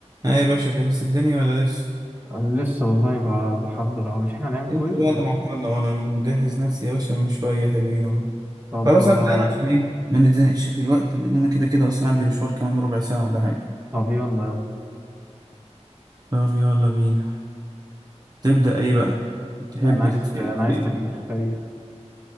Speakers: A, on the right (about 35°); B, on the right (about 15°).
A: اه يا باشا جهزت الدنيا ولا لسه؟
B: انا لسه والله ب- بحضر اهو مش احنا هنعمل كويز
A: انت بقى اللي إيه؟ معطلنا وانا مجهز نفسي يا باشا من شوية حلوين اهو
B: طب
A: خلاص
B: آه،
A: ابدأ انا عشان ايه ما نتزنقش في الوقت لان انا كده كده اصلا عندي مشوار كمان ربع ساعة ولا حاجة
B: طب يلا يلا
A: طب يلا بينا تبدأ ايه بقى؟ تحب
B: انا عايز
A: تتسأل
B: انا
A: في
B: عايز
A: ايه؟
B: تاريخ تاريخ